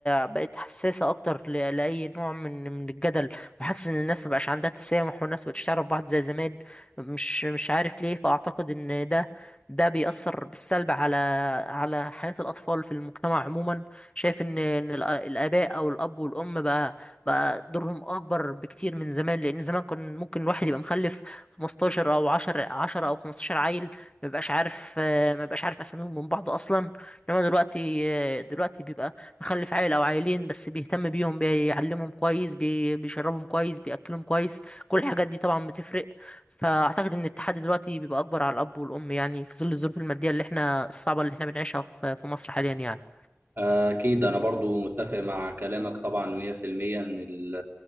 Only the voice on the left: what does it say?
بقت حساسة أكتر ل- لأي نوع من من الجدل وحاسس إن الناس مبقاش عندها تسامح والناس مبقتش تعرف بعض زي زمان مش مش عارف ليه فأعتقد إن ده ده بيأثر بالسلب على على حياة الأطفال في المجتمع عموما شايف إن إن الأ- الآباء أو الأب والأم بقى بقى دورهم أكبر بكتير من زمان لأن زمان كان ممكن الواحد يبقى مخلف 15 أو 10 10 أو 15 عيل مبقاش عارف مبقاش عارف أساميهم من بعض أصلا انما دلوقتي دلوقتي بيبقى مخلف عيل او عيلين بس بيهتم بيهم بيعلمهم كويس بي- بيشربهم كويس بياكلهم كويس كل الحاجات دي طبعا بتفرق فاعتقد ان التحدي دلوقتي بيبقى اكبر على الاب والام يعني في ظل الظروف الماديه اللي احنا الصعبه اللي احنا بنعيشها في في مصر حاليا يعني